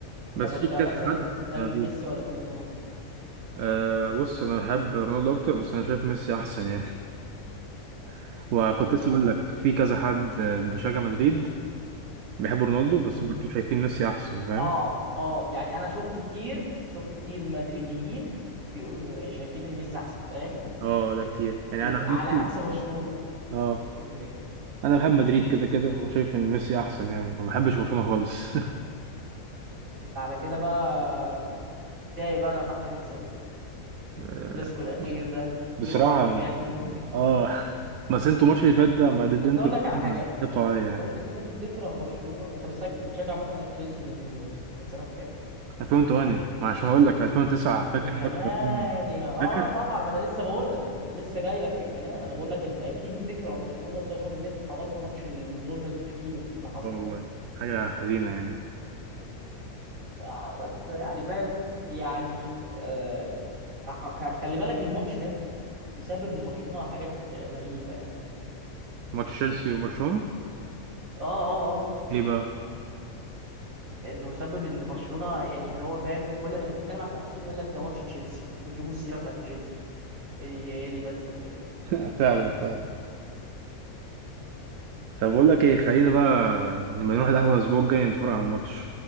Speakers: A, on the right (about 85°); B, on the right (about 70°).
A: بس
B: طب انت
A: في كذا
B: مثلا
A: حد
B: فان
A: آه،
B: لميسي ولا فان لرونالدو؟
A: آه، بص انا بحب رونالدو اكتر بس انا شايف ميسي احسن يعني <laughs> وكنت
B: اه
A: لسه
B: يا-
A: اقول لك في كذا حد آه، بيشجع مدريد بيحب رونالدو بس
B: مم.
A: برضه شايفين ميسي احسن فاهم
B: اه اه يعني انا شفت كتير شفت كتير مدريديين بيقولوا ان شايفين ان ميسي احسن فاهم؟
A: اه ده كتير يعني
B: لكن
A: انا عن
B: على
A: نفسي
B: عكس برشلونه
A: اه
B: يعني ايه دي الفكره
A: انا بحب مدريد كده كده وشايف ان ميسي احسن يعني ما بحبش برشلونة خالص
B: انت على كده بقى اتضايق بقى لما احنا نكسب
A: <laughs>
B: الكلاسيكو الاخير ده الكلاسيكو
A: بصراحة
B: اللي جاي <laughs>
A: اه بس انتوا الماتش اللي فات ده ما ضد
B: بس
A: انتوا
B: اقول لك على حاجه
A: كسبتوا عليا
B: انت
A: يعني
B: ممكن تكون بتكره برشلونه انت بتشجع, بتشجع مثلا تشيلسي من من من سنه كام
A: 2008 ما عشان اقول لك 2009
B: 2008
A: فاكر ماتش برشلونة
B: اه
A: فاكر؟
B: طبعا ما انا لسه بقول لك ما انا لسه جاي لك في الكلام انا بقول لك انت اكيد بتكره برشلونه بسبب ان انت حضرت ماتش ظلم التحكيم اللي حصل
A: اه والله
B: ده
A: حاجة حزينة يعني
B: آه بس يعني فاهم يعني آه خ- خلي بالك الماتش ده مسبب لبرشلونه حاجات غريبه يعني
A: ماتش تشيلسي وبرشلونة
B: اه اه اه
A: ايه بقى؟
B: انه مسبب ان برشلونه يعني اللي هو فاهم كل ما نتكلم على التحكيم يقول لك ده ماتش تشيلسي ويجيبوا السيره بتاعت تشيلسي هي هي دي بس الفكره
A: <laughs> فعلا فعلا طب بقول لك ايه خلينا بقى لما نروح القهوة الاسبوع الجاي نتفرج على الماتش